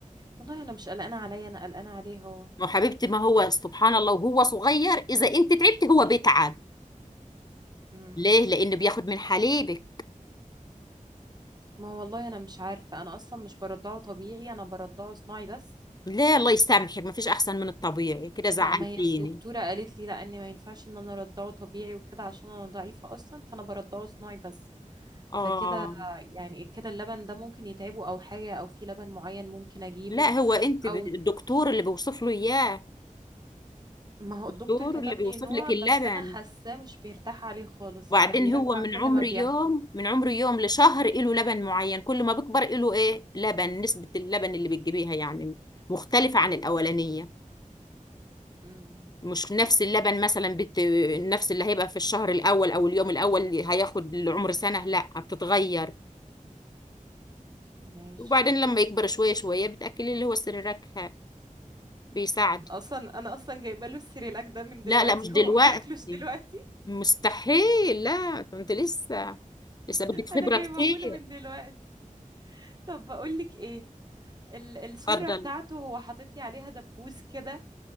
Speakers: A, on the right; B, on the left.
A: والله انا مش قلقانه عليا انا قلقانه عليه هو
B: ما هو حبيبتي ما هو سبحان الله وهو صغير إذا أنت تعبت هو بيتعب
A: امم
B: ليه؟ لأنه بياخد من حليبك
A: ما هو والله انا مش عارفه انا اصلا مش برضعه طبيعي انا برضعه صناعي بس
B: لا الله يسامحك ما فيش أحسن من الطبيعي كده زعلتيني
A: لا ما هي الدكتوره قالت لي لا ان ما ينفعش ان انا ارضعه طبيعي وكده عشان انا ضعيفه اصلا فانا برضعه صناعي بس
B: آه
A: فكده يعني كده اللبن ده ممكن يتعبه او حاجه او في لبن معين ممكن اجيبه
B: لا هو أنت ب-
A: او
B: الدكتور اللي بيوصف له إياه
A: ما هو
B: الدكتور
A: الدكتور كتب
B: اللي بيوصف
A: لي نوع
B: لك اللبن
A: بس انا حاساه مش بيرتاح عليه خالص
B: وبعدين
A: يعني بيرجع
B: هو من
A: كل
B: عمر
A: ما بياخده
B: يوم من عمر يوم لشهر إله لبن معين كل ما بيكبر إله إيه لبن نسبة اللبن اللي بتجيبيها يعني مختلفة عن الأولانية
A: امم
B: مش نفس اللبن مثلا بت... نفس اللي هيبقى في الشهر الاول او اليوم الاول اللي هياخد العمر سنه لا بتتغير
A: ماشي
B: وبعدين لما يكبر شويه شويه بتاكلي اللي هو سريرك بيساعد
A: اصلا انا اصلا جايبه له السيريلاك ده من دلوقتي
B: لا لا مش دلوقتي
A: <laughs> هو ما بياكلوش دلوقتي
B: مستحيل لا ده انت لسه لسه بدك خبره
A: انا جايبه
B: كتير
A: له من دلوقتي طب بقول لك ايه ال- السره
B: اتفضل
A: بتاعته هو حاطط لي عليها دبوس كده